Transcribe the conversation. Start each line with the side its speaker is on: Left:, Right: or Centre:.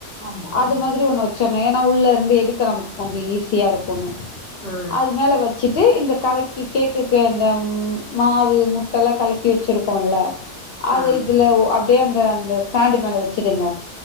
Right: ஆமா ஆமா
Left: அது மாதிரி ஒன்ன வைக் ச்சரணு ஏன்னா உள்ள இருந்து எடுக்க நமக்கு கொஞ்சொ ஈஸியா இருக்கொன்னு
Right: ஆ
Left: அது மேல வச் சிட்டு இந்த கலக்கி கேக்குக்கு இந்த மாவு முட்டல்லா கலக்கி வச்சிருக்கோல அத
Right: ஆ
Left: இதுல ஓ அப்டியே அந்த அந்த ஸ்டாண்டு மேல வச்சிடுங்க.